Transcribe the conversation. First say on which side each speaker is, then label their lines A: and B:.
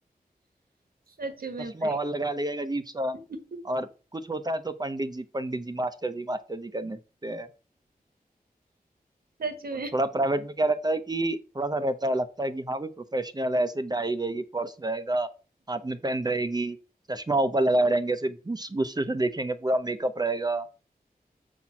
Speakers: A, on the right; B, on the right.
A: सच में
B: चश्मा
A: भाई
B: और लगा लेगा एक अजीब सा
A: <laughs>
B: और कुछ होता है तो पंडित जी पंडित जी मास्टर जी मास्टर जी करने होते हैं
A: सच में
B: और थोड़ा प्राइवेट में क्या रहता है कि थोड़ा सा रहता है लगता है कि हाँ कोई प्रोफेशनल है ऐसे डाई रहेगी पर्स रहेगा हाथ में पेन रहेगी चश्मा ऊपर लगाए रहेंगे ऐसे गुस- गुस्से से देखेंगे पूरा मेकअप रहेगा